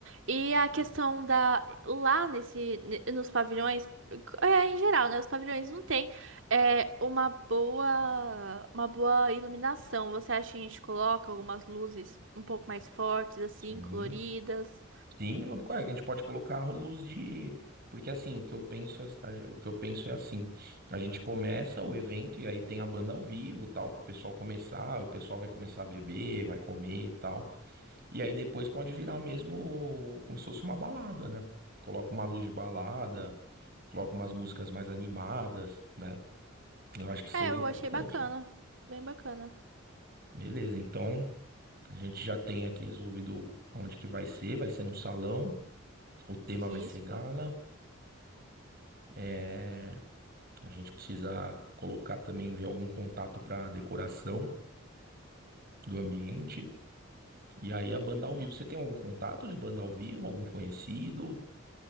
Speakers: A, on the right (about 65°); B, on the right (about 50°).
A: E
B: Fechou.
A: a questão da. Lá nesse, ne- nos pavilhões, é, em geral, né? Os pavilhões não tem é, uma boa, uma boa iluminação. Você acha que a gente coloca algumas luzes um pouco mais fortes, assim,
B: Sim.
A: coloridas?
B: Sim, vamos- ué, a gente pode colocar rolos de. Porque assim, o que eu penso, é- a o que eu penso é assim, a gente começa o evento e aí tem a banda ao vivo, tal, pro pessoal começar, o pessoal vai começar a beber, vai comer, e tal. E aí depois pode virar mesmo como se fosse uma balada, né? Coloca uma luz de balada, coloca umas músicas mais animadas, né? Eu acho que seria
A: É, eu
B: interessante.
A: achei bacana. Bem bacana.
B: Beleza, então a gente já tem aqui resolvido onde que vai ser, vai ser num salão, o tema
A: Isso.
B: vai ser gala. é, A gente precisa colocar também, ver algum contato para decoração do ambiente. E aí a banda ao vivo. Você tem algum contato de banda ao vivo? Algum conhecido?